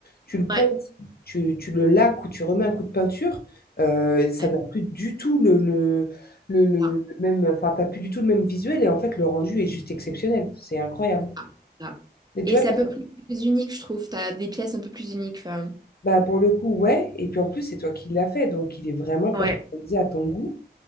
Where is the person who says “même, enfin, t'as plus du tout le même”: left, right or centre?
Left